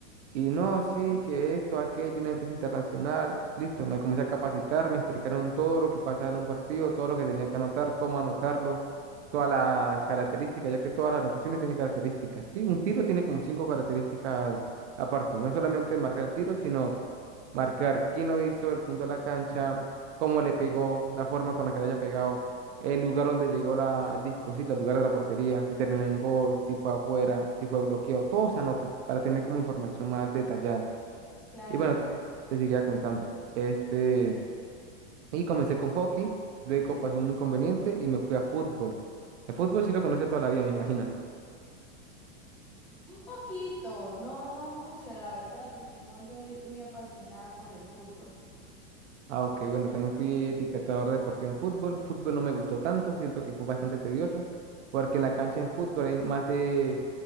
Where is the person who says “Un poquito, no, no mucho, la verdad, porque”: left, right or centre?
Centre